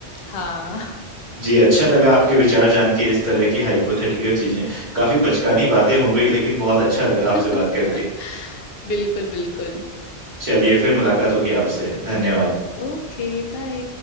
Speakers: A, on the left; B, on the right.
A: हाँ
B: जी अच्छा लगा आपके विचार जान के इस तरह की हाइपोथेटिकल चीजें काफी बचकानी बातें हो गई लेकिन बहुत अच्छा लगा आपसे बात
A: <laughs>
B: करके
A: बिल्कुल बिल्कुल
B: चलिए फिर मुलाकात होगी आपसे धन्यवाद
A: Okay bye